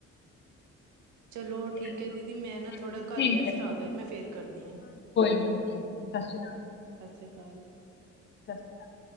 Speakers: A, on the right; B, on the left.
A: ਚਲੋ
B: ਹੋਰ
A: ਠੀਕ
B: ਸੁਣਾਓ?
A: ਐ ਦੀਦੀ, ਮੈਂ ਨਾ
B: ਹਾਂਜੀ
A: ਥੋੜਾ
B: ਠੀਕ
A: ਘਰ ਗੈਸਟ ਆ ਗਏ ''ਮੈਂ ਫੇਰ ਕਰਦੀ ਆਂ।
B: ਫ੍ਰੀ ਹੋਕੇ, ਸਤਿ ਸ਼੍ਰੀ ਅਕਾਲ।
A: ਸਤਿ ਸ਼੍ਰੀ ਅਕਾਲ।
B: ਸਤਿ <inaudible>